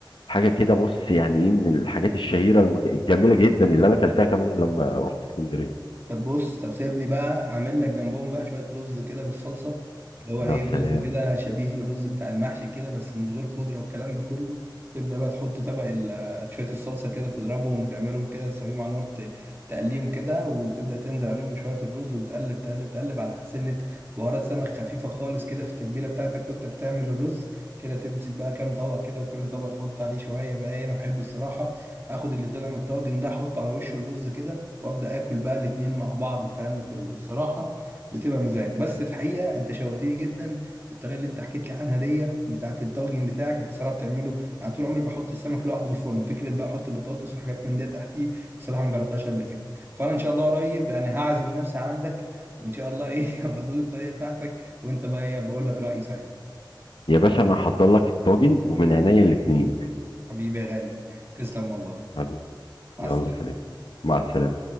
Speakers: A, on the left (about 85°); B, on the right (about 30°).
A: حاجه كده بص يعني ايه من الحاجات الشهيره المج... الجميله جدا اللي انا اكلتها كمان لما رحت اسكندريه
B: طب بص طب سيبني بقى اعمل لك جنبهم بقى شويه رز كده بالصلصه اللي هو
A: يا
B: ايه
A: سلام
B: رز كده شبيه للرز بتاع المحشي كده بس من غير خضره والكلام ده كله تبدا بقى تحط طبق ال- شويه الصلصه كده تضربهم وتعملهم كده تسويهم على النار ت- تقليهم كده وتبدا تنزل عليهم بشويه الرز وتقلب تقلب تقلب على سنه بهارات سمك خفيفه خالص كده في التتبيله بتاعتك وانت بتعمل الرز كده تمسك بقى كام طبق كده وكل طبق تحط عليه شويه بقى إيه، انا بحب الصراحه اخد اللي طلع من الطاجن ده احطه على وش الرز كده وابدا اكل بقى الاتنين مع بعض والكلام ده كله الصراحه بتبقى مزاج بس الحقيقه انت شوقتني جدا للطريقه اللي انت حكيت لي عنها دي بتاعت الطاجن بتاعك انت صراحه بتعمله انا طول عمري بحط السمك لوحده في الفرن فكره بقى احط بطاطس وحاجات من ده تحتيه الصراحه ما جربتهاش قبل كده فانا ان شاء الله قريب يعني هعزم نفسي عندك وان شاء الله ايه <laughs> هبقى ادوق الطريقه بتاعتك وانت بقى ايه بقول لك رايي ساعتها
A: يا باشا انا هحضر لك الطاجن ومن عينيا الاتنين
B: حبيبي يا غالي تسلم والله
A: حبيبي
B: مع
A: يلا
B: السلامه
A: سلام مع السلامه